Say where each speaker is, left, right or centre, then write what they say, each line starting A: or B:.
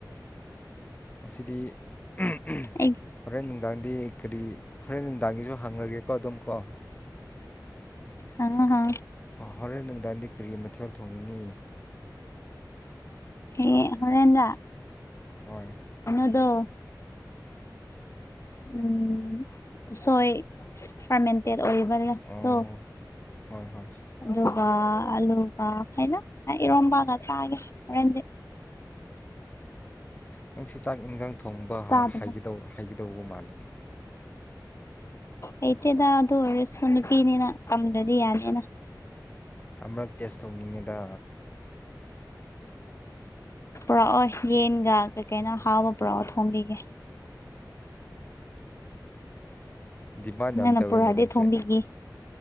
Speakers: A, on the left; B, on the left.
A: ꯑꯁꯤꯗꯤ ꯍꯣꯔꯦꯟ
B: ꯑꯩ
A: ꯅꯨꯡꯗꯥꯡꯗꯤ ꯀꯔꯤ ꯍꯣꯔꯦꯟ ꯅꯨꯡꯗꯥꯡꯒꯤꯁꯨ ꯍꯪꯉꯒꯦꯀꯣ ꯑꯗꯨꯝ ꯀꯣ
B: ꯑ ꯍ
A: ꯍꯣꯔꯦꯟ ꯅꯨꯡꯗꯥꯡꯗꯤ ꯀꯨꯔꯤ ꯃꯊꯦꯜ ꯊꯣꯡꯉꯅꯤ
B: ꯍ ꯍꯣꯔꯦꯟꯗ
A: ꯍꯣꯏ
B: ꯑꯗ ꯎꯝ ꯁꯣꯏ ꯐꯃꯦꯟꯇ ꯑꯣꯏꯕ꯭ꯔꯗꯣ
A: ꯑꯣ ꯍꯣꯏ ꯍꯣꯏ
B: ꯑꯗꯨꯒ ꯑꯂꯨꯒ ꯍꯥꯏꯅ ꯏꯔꯣꯝꯝꯕꯒ ꯆꯒꯦꯦꯟꯗꯤ
A: ꯅꯪ ꯁꯤ ꯆꯥꯛ ꯏꯟꯁꯥꯡ ꯊꯣꯡꯕ
B: ꯆꯥꯗꯕ
A: ꯍꯥꯏꯒꯗꯧꯕ ꯃꯥꯜꯂꯤꯅꯦ <inaudible>
B: ꯍꯩꯇꯦꯗ ꯑꯗꯨ ꯑꯣꯏꯔꯁꯨ ꯅꯨꯄꯤꯅꯤꯅ ꯀꯝꯗ꯭ꯔꯗꯤ ꯌꯥꯅꯤꯅ
A: ꯑꯃꯨꯔꯛ ꯇꯦꯁ ꯇꯧꯅꯤꯡꯉꯦꯗ
B: ꯄꯨꯔꯛꯑꯣꯏ ꯌꯦꯟꯒ ꯀꯩ ꯀꯅ ꯍꯥꯥꯎꯕ ꯄꯔꯣꯠ ꯍꯅꯤꯒ
A: ꯗꯤꯃꯥꯟ ꯌꯥꯝ
B: ꯅꯪꯅ
A: ꯇꯧꯋꯤꯅꯦ
B: ꯄꯨꯔꯛꯗꯤ
A: ꯅꯪꯁꯦ
B: ꯊꯣꯝꯕꯤꯈꯤ